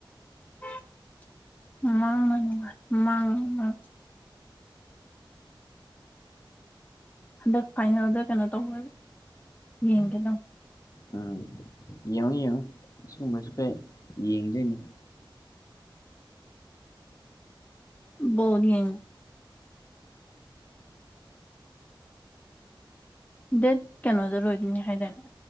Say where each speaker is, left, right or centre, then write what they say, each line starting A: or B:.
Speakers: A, on the left; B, on the left.
A: INAUDIBLE ꯍꯟꯗꯛ ꯐꯥꯏꯅꯦꯜꯗ ꯀꯩꯅꯣ ꯇꯧꯕ ꯌꯦꯡꯒꯦ ꯇꯧꯅꯦ
B: ꯎꯪ ꯌꯦꯡꯉꯨ ꯌꯦꯡꯉꯨ ꯁꯨꯝꯕꯖꯨ ꯈꯩ ꯌꯦꯡꯗꯣꯢꯅꯤ
A: ꯕꯣꯜ ꯌꯦꯡ ꯗꯦꯠ ꯀꯩꯅꯣꯗ ꯂꯣꯏꯗꯣꯏꯅꯤ ꯍꯥꯏꯗꯥꯢꯅꯦ